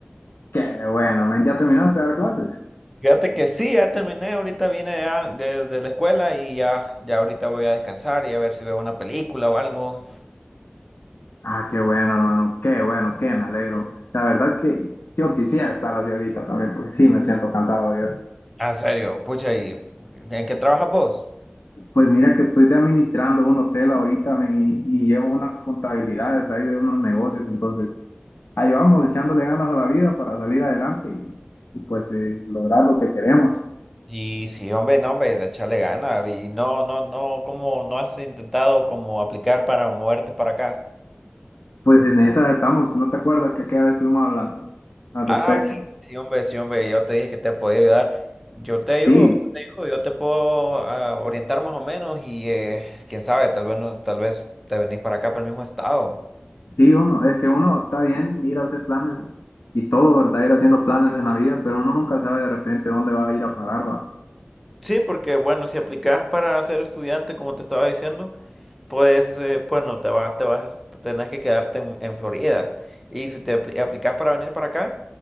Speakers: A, on the left; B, in the centre.
A: qué bueno, men. ¿Ya terminaste de dar clases?
B: Fíjate que sí, ya terminé. Ahorita vine ya de, de la escuela y ya, ya ahorita voy a descansar y a ver si veo una película o algo.
A: Ah, qué bueno, hermano. Qué bueno, qué me alegro. La verdad que yo quisiera estar así ahorita también, porque sí me siento cansado yo.
B: Ah, en serio, pucha, ¿y en qué trabajas vos?
A: Pues mira que estoy de administrando un hotel ahorita, men, y, y llevo unas contabilidades ahí de unos negocios, entonces. ahí vamos echándole ganas a la vida para salir adelante y, y, pues eh, lograr lo que queremos.
B: Y sí, hombre, no, hombre, de echarle ganas. Y no, no, no, ¿cómo no has intentado como aplicar para moverte para acá?
A: Pues en esa estamos, ¿no te acuerdas que aquella vez estuvimos hablando al
B: Ah,
A: respecto?
B: sí, sí, hombre, sí, hombre, yo te dije que te podía ayudar. Yo te ayudo,
A: Sí,
B: yo te ayudo, yo te puedo ah, orientar más o menos y eh, quién sabe, tal vez no, tal vez te venís para acá, para el mismo estado.
A: sí, uno, es que uno está bien ir a hacer planes y todo, ¿verdad? Ir haciendo planes en la vida, pero uno nunca sabe de repente dónde va a ir a parar, va.
B: Sí, porque bueno, si aplicas para ser estudiante, como te estaba diciendo. Pues, eh, bueno, te vas, te vas, tenés que quedarte en, en Florida. Y si te apli- aplicas para venir para acá,